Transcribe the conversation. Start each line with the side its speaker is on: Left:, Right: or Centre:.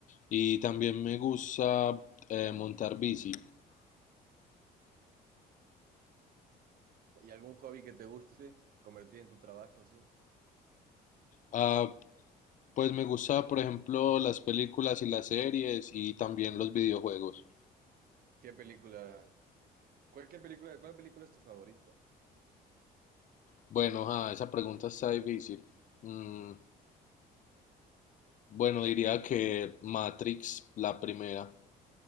Left: y también me gusta eh, montar bici.
Right: ¿Y algún hobby que te guste convertir en tu trabajo así?
Left: Ah, pues me gusta, por ejemplo, las películas y las series y también los videojuegos.
Right: ¿Qué película? ¿Cuál, qué película, cuál película es tu favorita?
Left: Bueno, ah, esa pregunta está difícil. Mm, bueno, diría que Matrix, la primera.